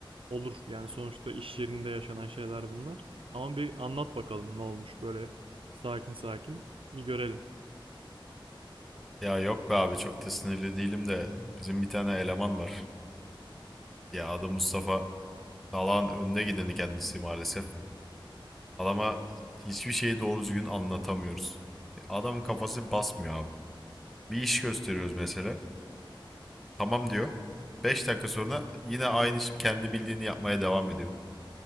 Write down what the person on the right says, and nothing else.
Olur yani sonuçta iş yerinde yaşanan şeyler bunlar. Ama bir anlat bakalım ne olmuş böyle sakin sakin bir görelim.